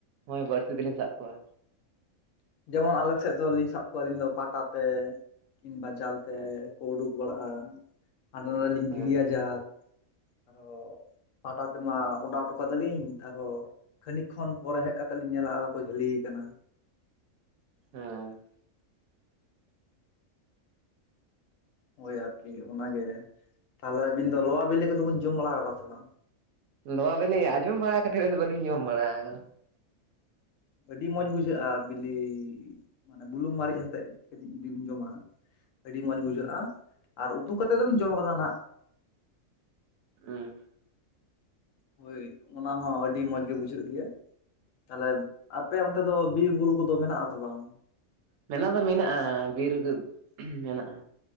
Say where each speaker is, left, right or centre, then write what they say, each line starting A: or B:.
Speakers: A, on the right; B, on the left.
A: ᱦᱳᱭ ᱵᱟᱹᱲᱥᱤ ᱛᱮᱞᱤᱧ ᱥᱟᱵ ᱠᱚᱣᱟ᱾
B: ᱡᱮᱢᱚᱱ ᱟᱞᱮ ᱥᱮᱫ ᱫᱚᱞᱤᱧ ᱥᱟᱵ ᱠᱚᱣᱟ ᱟᱹᱞᱤᱧ ᱫᱚ ᱯᱟᱴᱟ ᱛᱮ ᱠᱤᱝᱵᱟᱡᱟᱞ ᱛᱮ᱾
A: ᱦᱮᱸ
B: ᱠᱚ ᱩᱰᱩᱠ ᱵᱟᱲᱟᱜᱼᱟ᱾ ᱦᱟᱸᱰᱮ ᱱᱟᱰᱮ ᱞᱤᱧ
A: ᱦᱮᱸ
B: ᱜᱤᱤᱨᱤᱭᱟ ᱡᱟᱞ ᱟᱨᱚ ᱯᱟᱦᱴᱟ ᱛᱮᱢᱟ ᱚᱰᱟᱭ‌ ᱦᱚᱴᱚ ᱠᱟᱫᱟᱞᱤᱧ ᱟᱨᱚ ᱠᱷᱟᱹᱱᱤᱠ ᱠᱷᱚᱱ ᱯᱚᱨᱮ ᱦᱮᱡ ᱠᱟᱛᱮ ᱞᱤᱧ ᱧᱮᱞᱟ ᱟᱫᱚ ᱠᱚ ᱡᱷᱟᱹᱞᱤ ᱟᱠᱟᱱᱟ᱾
A: ᱦᱮᱸ
B: ᱦᱳᱭ ᱟᱨᱠᱤ ᱚᱱᱟᱜᱮ ᱛᱟᱦᱚᱞᱮ ᱟᱵᱤᱱ ᱫᱚ ᱞᱚᱣᱟ ᱵᱤᱞᱤ ᱠᱚᱫᱚ ᱵᱤᱱ ᱡᱚᱢ ᱵᱟᱲᱟ ᱠᱟᱫᱟ ᱥᱮ ᱵᱟᱝ?
A: ᱞᱚᱣᱟ ᱵᱤᱞᱤ ᱟᱸᱡᱚᱢ ᱵᱟᱲᱟ ᱟᱡᱳᱢ ᱵᱟᱲᱟ ᱠᱟᱛᱮᱫ ᱜᱮ ᱵᱟᱞᱤᱧ ᱡᱚᱢ ᱵᱟᱲᱟ ᱟᱠᱟᱫᱟ᱾
B: ᱟᱹᱰᱤ ᱢᱚᱸᱡᱽ ᱵᱩᱡᱷᱟᱹᱜᱼᱟ ᱵᱤᱞᱤ ᱢᱟᱱᱮ ᱵᱩᱞᱩᱝ ᱢᱤᱡ ᱟᱛᱮᱮᱫ ᱠᱟᱹᱴᱤᱡ ᱡᱤᱫᱤᱵᱤᱱ ᱡᱚᱢᱟ᱾ ᱟᱹᱰᱤ ᱢᱚᱸᱡᱽ ᱵᱩᱡᱷᱟᱹᱜᱼᱟ᱾ ᱟᱨ ᱩᱛᱩ ᱠᱟᱛᱮᱫ ᱫᱚᱵᱤᱱ ᱡᱚᱢᱟ ᱠᱟᱫᱟ ᱱᱟᱦᱟᱜ᱾
A: <inaudible>
B: ᱦᱳᱭ ᱚᱱᱟ ᱦᱚᱸ ᱟᱹᱰᱤ ᱢᱚᱸᱡᱽ ᱜᱮ ᱵᱩᱡᱷᱟᱹᱜ ᱜᱮᱭᱟ᱾ ᱛᱟᱦᱚᱞᱮ ᱟᱯᱮ ᱚᱱᱛᱮ ᱫᱚ ᱵᱤᱨ ᱵᱩᱨᱩ ᱠᱚᱫᱚ ᱢᱮᱱᱟᱜ ᱟᱥᱮ ᱵᱟᱝ?
A: ᱢᱮᱱᱟᱜ ᱫᱚ ᱢᱮᱱᱟᱜᱼᱟ, ᱵᱤᱨ ᱨᱮ ᱢᱮᱱᱟᱜᱼᱟ᱾